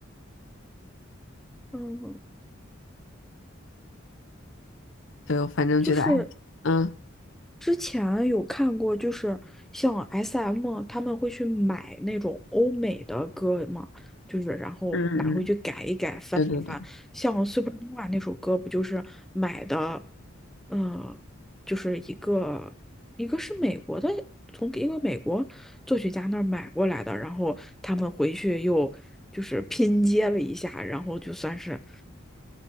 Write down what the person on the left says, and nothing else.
对，我反正觉得，
哎，嗯
嗯嗯，对对对，